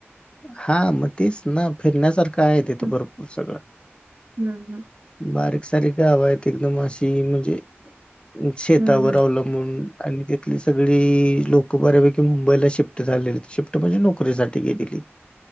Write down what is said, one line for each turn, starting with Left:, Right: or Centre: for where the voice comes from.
Left: हा मग तेच ना फिरण्यासारखं आहे तिथं
Right: हम्म
Left: भरपूर सगळं
Right: हम्म हम्म
Left: बारीक, सारीक गावं आहेत एकदम अशी म्हणजे शेतावर
Right: हम्म हम्म.
Left: अवलंब बून आणि तिथली सगळी लोकं बऱ्यापैकी मुंबईला शिफ्ट झालेल म्हणजे नोकरीसाठी गेली.